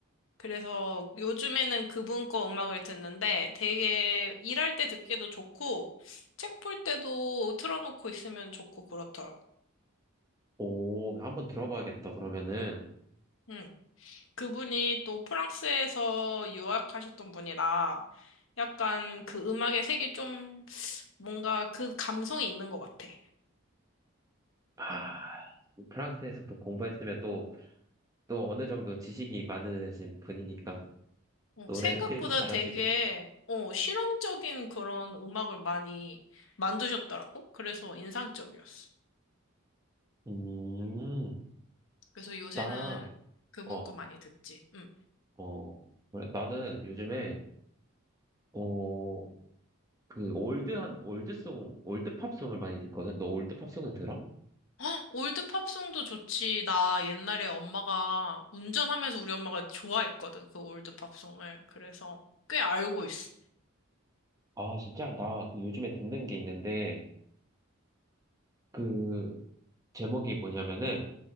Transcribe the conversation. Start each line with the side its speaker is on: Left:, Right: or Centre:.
Left: 그래서 요즘에는 그분 거 음악을 듣는데 되게 일할 때 듣기도 좋고 책 볼 때도 틀어놓고 있으면 좋고 그렇더라고.
Right: 오 한번 들어봐야겠다. 그러면은
Left: 응. 그분이 또 프랑스에서 유학하셨던 분이라 약간 그 음악의 색이 좀 뭔가 그 감성이 있는 것 같아.
Right: 아 프랑스에서 또 공부했으면 또 또 어느 정도 지식이 많으신 분이니까
Left: 어,
Right: 노래에
Left: 생각보다
Right: 대해서 잘
Left: 되게
Right: 아시겠다.
Left: 어, 실험적인 그런 음악을 많이 만드셨더라고. 그래서 인상적이었어.
Right: 음,
Left: 그래서 요새는
Right: 나
Left: 그분
Right: 어.
Left: 거 많이 듣지. 응.
Right: 어, 그래. 나는 요즘에, 어, 그, 올드한, 올드송, 올드팝송을 많이 듣거든? 너 올드팝송을 들어?
Left: 헉, 올드 팝송도 좋지. 나 옛날에 엄마가 운전하면서 우리 엄마가 좋아했거든. 그 올드 팝송을. 그래서 꽤 알고 있어.
Right: 아, 진짜? 나 그 요즘에 듣는 게 있는데, 그, 제목이 뭐냐면은,